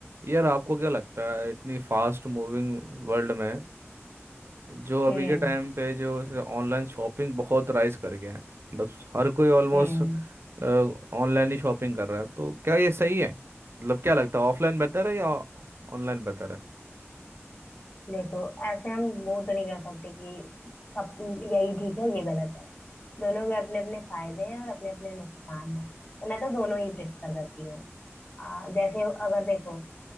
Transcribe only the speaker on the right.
यार आपको क्या लगता है इतनी फास्ट मूविंग वर्ल्ड में जो अभी
के टाइम पे जो ऑनलाइन शॉपिंग बहुत राइज कर गया है मतलब हर कोई ऑलमोस्ट
ऑनलाइन ही शॉपिंग कर रहा है तो क्या ये सही है मतलब क्या लगता है ऑफलाइन बेहतर है या ऑनलाइन बेहतर है